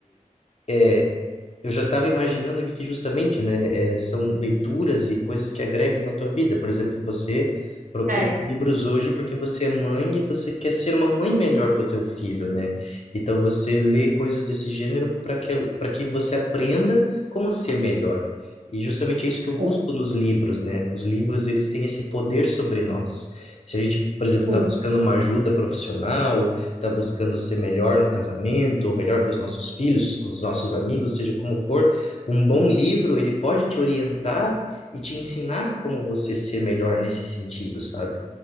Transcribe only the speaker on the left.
é, eu já estava imaginando aqui que justamente, né, é, são leituras e coisas que agregam na tua vida. Por exemplo, você procura
livros hoje porque você é mãe e você quer ser uma mãe melhor para o teu filho, né? Então você lê coisas desse gênero para que para que você aprenda como ser melhor. E justamente é isso que eu busco
nos livros, né? Os livros, eles têm esse poder sobre nós. Se a gente, por exemplo,
está buscando uma ajuda profissional está buscando ser melhor no casamento, ou melhor com os nossos filhos, com os nossos amigos, seja como for, um bom livro, ele pode te orientar e te ensinar como você ser melhor nesse sentido, sabe?